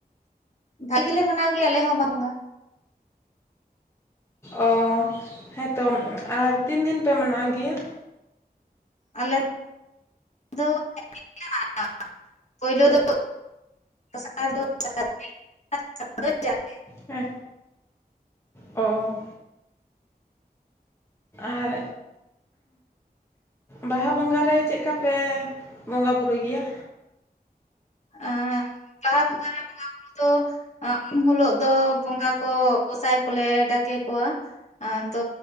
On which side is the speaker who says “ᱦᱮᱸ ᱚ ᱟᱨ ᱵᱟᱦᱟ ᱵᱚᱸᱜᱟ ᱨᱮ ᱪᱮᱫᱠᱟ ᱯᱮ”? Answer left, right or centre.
Left